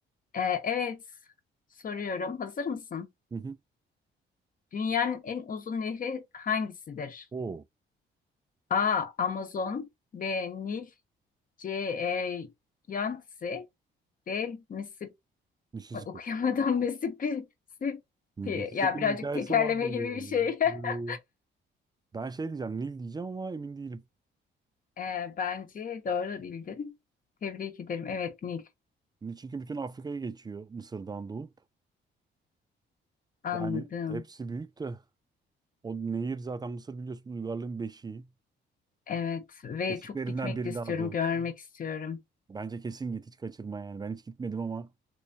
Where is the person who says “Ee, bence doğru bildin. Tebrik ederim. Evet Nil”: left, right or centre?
Left